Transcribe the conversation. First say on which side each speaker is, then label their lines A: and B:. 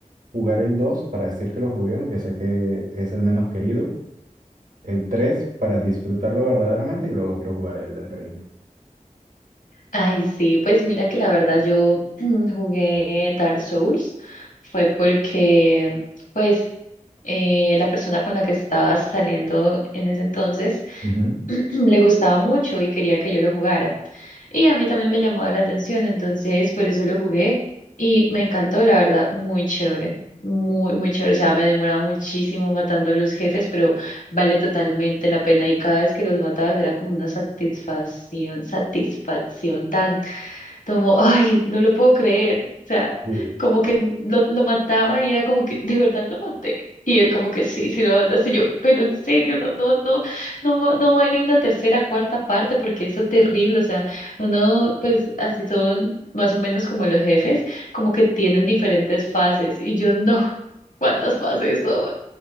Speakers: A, on the right (about 80°); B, on the left (about 80°).
A: jugar el 2 para decir que lo jugué, aunque sé que es el menos querido, el 3 para disfrutarlo verdaderamente y luego quiero jugar Elden Ring.
B: Ay, sí, pues mira que la verdad yo <clears throat> jugué Dark Souls fue porque, pues, eh, la persona con la que estaba saliendo en ese entonces
A: Ujú.
B: <clears throat> le gustaba mucho y quería que yo lo jugara. Y a mí también me llamaba la atención, entonces por eso lo jugué y me encantó, la verdad, muy chévere, muy, muy chévere. O sea, me demoraba muchísimo matando los jefes, pero vale totalmente la pena y cada vez que los matabas era como una satisfacción, satisfacción tan como, ay, no lo puedo creer. O sea,
A: Sí.
B: como que lo, lo mataba y era como que, de verdad lo maté. Y él como que sí, sí lo mataste. Y Yo, pero en serio, no, no, no, no, no hay una tercera, cuarta parte porque eso es terrible. O sea, uno, pues así son más o menos como los jefes, como que tienen diferentes fases. Y yo no, <laughs> ¿cuántas fases son?